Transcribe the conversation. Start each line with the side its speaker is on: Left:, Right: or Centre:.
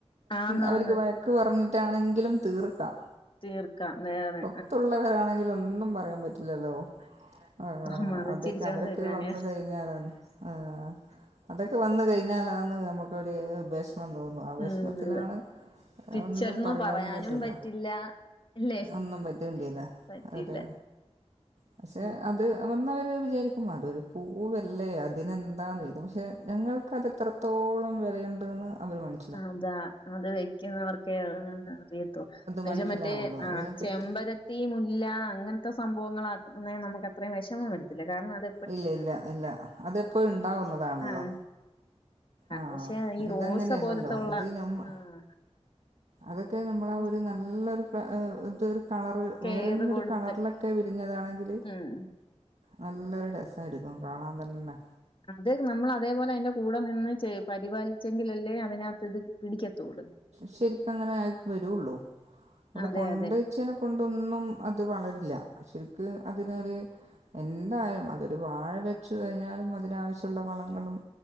Left: ആന്നാന്ന്
Right: അവർക്ക് വ വഴക്ക് പറഞ്ഞിട്ടാണെങ്കിലും തീർക്കാം
Left: തീർക്കാം നേരെ
Right: ത്തുള്ളവരാണെങ്കിൽ ഒന്നും പറയാൻ പറ്റില്ലല്ലോ ആഹ്
Left: നമ്മള്
Right: അതൊക്കെ
Left: ചിരിച്ചോണ്ട്
Right: അവരൊക്കെ
Left: നിക്കാനേ
Right: വന്ന് കഴിഞ്ഞാലന്ന് ആഹ് അതൊക്കെ വന്ന് കഴിഞ്ഞാലാന്ന് നമുക്കൊരു വിഷമം തോന്നുവ ആ വിഷമത്തിലാണ്
Left: ഉം പിച്ചർന്ന്
Right: ഒന്നും പറയാനും പറ്റൂല
Left: പറ്റില്ല ഇല്ലേ
Right: ഒന്നും പറ്റുണ്ടീല്ല
Left: പറ്റില്ല
Right: അതെ പക്ഷെ
Left: ഉം
Right: അത് വന്നവര് വിചാരിക്കും അത് ഒരു പൂവല്ലേ അതിനെന്താെന്ന് പക്ഷെ ഞങ്ങൾക്ക് അത് എത്രത്തോളം വിലയുണ്ടെന്ന് അവര് മന
Left: അതാ അത് വെക്കുന്നവർക്കേ അറിയത്തൊ അത്
Right: മനസ്സിലാവുള്ളൂ
Left: മറ്റേ ആഹ്
Right: അതിനെപ്പറ്റി
Left: ചെമ്പര ത്തി മുല്ല അങ്ങനത്തെ സംഭവങ്ങളാക്കുന്നെ നമുക്ക് അത്രയും വിഷമം വരത്തില്ല കാരണം അത്
Right: ഇല്ലില്ല ഇല്ല അതിപ്പോയും ഉണ്ടാവുന്നതാണല്ലോ
Left: ആഹ്
Right: ആഹ്
Left: പക്ഷെ ഈ
Right: ഇതങ്ങനെ
Left: റോസ
Right: അല്ലല്ലോ
Left: പോലത്തുള്ള
Right: ഇത് നമ്മ
Left: ആഹ്
Right: അതൊക്കെ നമ്മള്
Left: റോസ്
Right: ഒരു നല്ലൊര് ഇതൊര് കളറ്
Left: കെയറ്
Right: വേറെന്ന
Left: കൊടുത്ത്
Right: ഒരു കളറിലൊക്കെ വിരിഞ്ഞതാണെങ്കില്
Left: ഉം
Right: നല്ലൊരു രസായിരുന്നു കാണാൻ തന്നെ
Left: അത് നമ്മള് അതേപോലെ അതിന്റെ കൂടെ നിന്ന് ചെ പരിപാലിച്ചെങ്കിലല്ലേ അതിനകത്ത് ഇത് പിടിക്കത്തുള്ളൂ
Right: ശരിക്ക് അങ്ങനെ ആയി വരുള്ളൂ അവിടെ
Left: അതെ
Right: കൊണ്ട്
Left: അതെ
Right: വെച്ചേനെ കൊണ്ടൊന്നും അത് വളരില്ല ശരിക്ക് അതിനൊര് എന്തായാലും അതൊരു വാഴ വെച്ചു കഴിഞ്ഞാലും അതിനാവശ്യമുള്ള വളങ്ങളും